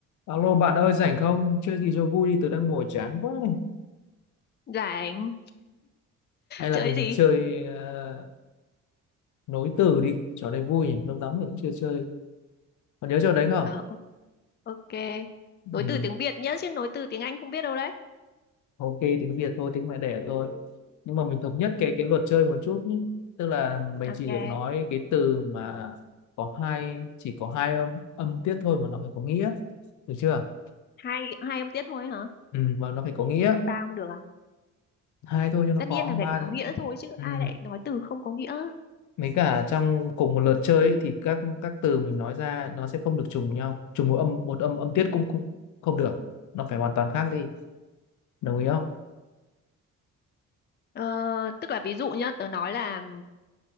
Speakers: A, on the left; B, on the left.
A: Alo bạn ơi rảnh không? Chơi gì cho vui đi, tớ đang ngồi chán quá này.
B: Rảnh.
A: Hay là
B: Chơi
A: mình
B: gì?
A: chơi ờ, nối từ đi, trò này vui nhỉ, lâu lắm rồi cũng chưa chơi. Còn nhớ trò đấy không?
B: Ờ, o- ok. Nối
A: Ừ.
B: từ tiếng Việt nhé, chứ nối từ tiếng Anh không biết đâu đấy.
A: Ok, tiếng Việt thôi, tiếng mẹ đẻ thôi. Nhưng mà mình thống nhất cái cái luật chơi một chút nhé. Tức là mình
B: Ok.
A: chỉ được nói cái từ mà có hai chỉ có hai âm âm tiết thôi mà nó phải có nghĩa. Được chưa?
B: Hai hai âm tiết thôi hả?
A: Ừ, mà nó phải có nghĩa.
B: Ba không được à?
A: Hai thôi cho nó
B: Tất
A: khó,
B: nhiên là phải
A: ba.
B: có nghĩa rồi chứ
A: Ừ.
B: ai lại nói từ không có nghĩa.
A: mấy cả trong cùng một lượt chơi ấy, thì các các từ mình nói ra nó sẽ không được trùng nhau trùng một âm một âm âm tiết cũng cũng không được nó phải hoàn toàn khác đi đồng ý không
B: Ờ, tức là ví dụ nhá, tớ nói là